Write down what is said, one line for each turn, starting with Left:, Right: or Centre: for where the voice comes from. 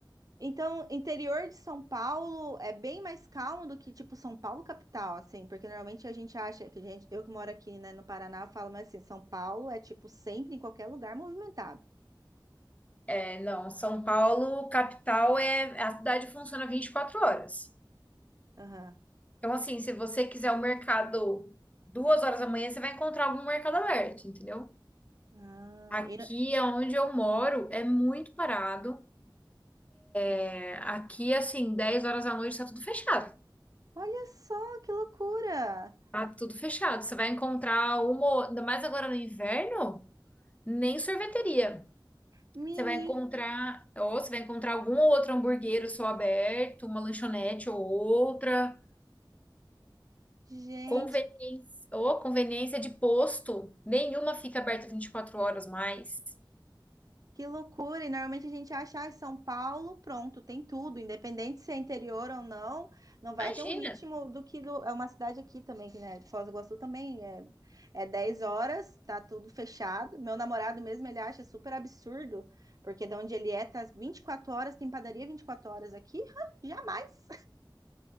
Right: Então, interior de São Paulo é bem mais calmo do que, tipo, São Paulo capital, assim, porque normalmente a gente acha que a gente, eu que moro aqui, né, no Paraná, eu falo, mas assim, São Paulo é, tipo, sempre em qualquer lugar movimentado.
Left: É, não, São Paulo, capital, é, a cidade funciona 24 horas.
Right: Aham.
Left: Então, assim, se você quiser o mercado duas horas da manhã, você vai encontrar algum mercado aberto, entendeu?
Right: Ah,
Left: Aqui
Right: e no-
Left: é onde eu moro, é muito parado. É, Aqui, assim, 10 horas da noite tá tudo fechado.
Right: olha só que loucura!
Left: Tá tudo fechado. Você vai encontrar uma, ainda mais agora no inverno, nem sorveteria.
Right: Mini,
Left: Você vai encontrar, ou você vai encontrar algum outro hamburguero só aberto, uma lanchonete ou outra.
Right: gente.
Left: Conveniência, ou conveniência de posto, nenhuma fica aberta 24 horas mais.
Right: Que loucura! E normalmente a gente acha, ah, São Paulo, pronto, tem tudo, independente se é interior ou não, não vai
Left: Imagina.
Right: ter um ritmo do que do- é uma cidade aqui também, que, né? Foz do Iguaçu também é, é 10 horas, tá tudo fechado. Meu namorado mesmo, ele acha super absurdo, porque de onde ele é, tá 24 horas, tem padaria 24 horas aqui? <laughs> Jamais!